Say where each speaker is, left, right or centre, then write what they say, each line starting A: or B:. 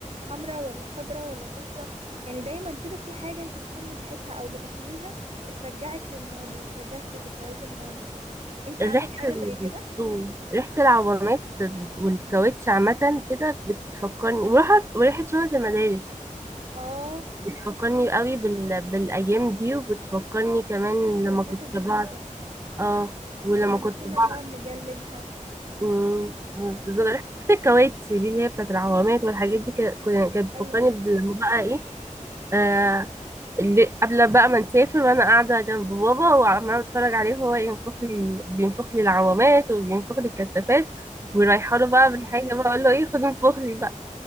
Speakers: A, on the right; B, on the right.
A: حمرا ولا خضرا ولا صفرا يعني دايما كده في حاجة انت بتشمي ريحتها او بتاكليها بترجعك للماضي وبترجعك لذكريات الماضي انت عندك
B: ريحة
A: حاجة
B: ال...
A: زي كده
B: مم. ريحة العوامات والكاوتش عامة كده بتفكرني وريحة وريحة شنط المدارس
A: اه
B: بتفكرني قوي بال... بالأيام دي وبتفكرني كمان
A: ريحة الكراسات
B: لما كنت
A: الجديدة
B: بقعد اه ولما
A: ولما
B: كنت
A: كنا
B: بقعد
A: بنقعد نجلدها
B: مم. بالظبط ريحة الكاوتش دي اللي هي بتاعت العوامات والحاجات دي ك- كنا- كانت
A: ايوه
B: بتفكرني لما بقى ايه آه، اللي قبل بقى ما نسافر وانا قاعده جنب بابا وعماله بتفرج عليه وهو ينفخ لي بينفخ لي العوامات وبينفخ لي الكتافات ورايحه له بقى بالحاجه بقى اقول له ايه خد انفخ لي بقى